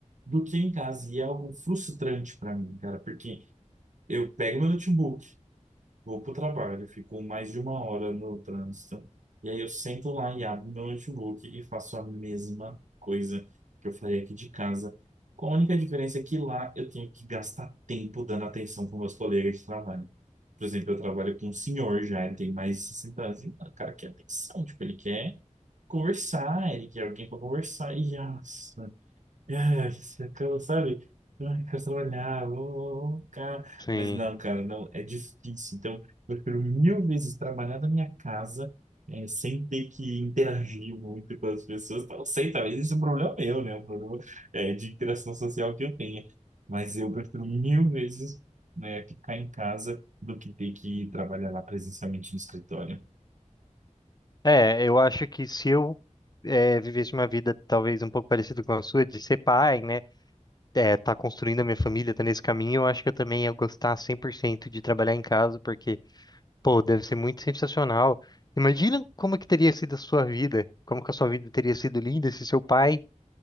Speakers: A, on the right; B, on the left.
A: do que em casa. E é algo frustrante para mim, cara, porque eu pego meu notebook, vou pro trabalho, fico mais de uma hora no trânsito, e aí eu sento lá e abro meu notebook e faço a mesma coisa que eu faria aqui de casa. Com a única diferença é que lá eu tenho que gastar tempo dando atenção para meus colegas de trabalho. Por exemplo, eu trabalho com um senhor já, ele tem mais de 60 anos, e o cara quer atenção, tipo, ele quer conversar, ele quer alguém para conversar, e nossa, ah, você acaba, sabe? Ai, quero trabalhar, vou, vou, vou ficar.
B: Sim.
A: Mas não, cara, não, é difícil. Então, eu prefiro mil vezes trabalhar da minha casa, eh, sem ter que interagir muito com as pessoas. Então, eu sei, talvez esse é um problema meu, né? Um problema, eh, de interação social que eu tenha. Mas eu prefiro mil vezes, né, ficar em casa do que ter que trabalhar lá presencialmente no escritório.
B: É, eu acho que se eu eh, vivesse uma vida talvez um pouco parecida com a sua, de ser pai, né? É, tá construindo a minha família, tá nesse caminho, eu acho que eu também ia gostar 100% de trabalhar em casa, porque, pô, deve ser muito sensacional. Imagina como que teria sido a sua vida, como que a sua vida teria sido linda se seu pai